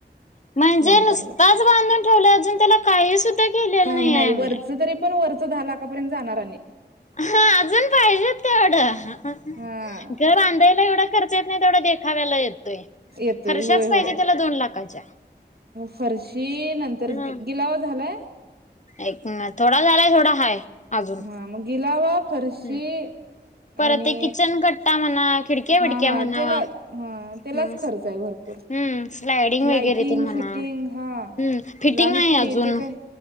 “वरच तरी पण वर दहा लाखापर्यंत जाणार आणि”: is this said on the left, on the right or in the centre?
Right